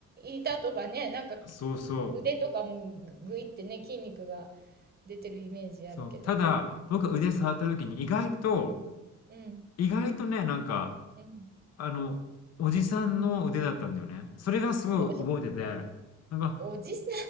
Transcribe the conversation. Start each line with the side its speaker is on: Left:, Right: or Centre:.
Right: 板とかね、なんか
Left: そうそう。
Right: 腕とかもぐぐいってね、筋肉が出てるイメージあるけど。
Left: そう。ただ、僕腕触った時に意外と、
Right: うん。うん。
Left: 意外とね、なんか、
Right: うん。
Left: あの、おじさんの腕だったんだよね。それがすごい覚えてて、
Right: いや、
Left: なんか、
Right: おじさ